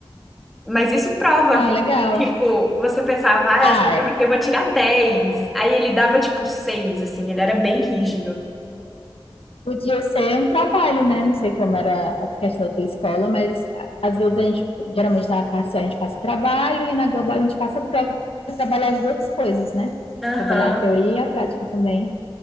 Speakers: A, in the centre; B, on the left (about 80°).
A: Mas isso prova,
B: Ah,
A: viu?
B: legal.
A: Tipo, você pensava, ah,
B: Ah,
A: essa prova aqui eu vou tirar dez Aí ele dava tipo 6 assim, ele era bem rígido.
B: Podia ser um trabalho, né? Não sei como era a questão da tua escola, mas às vezes a gente, geralmente na parcial a gente passa trabalho e na global a gente passa prova para trabalhar as duas coisas, né?
A: Aham.
B: Trabalhar a teoria e a prática também.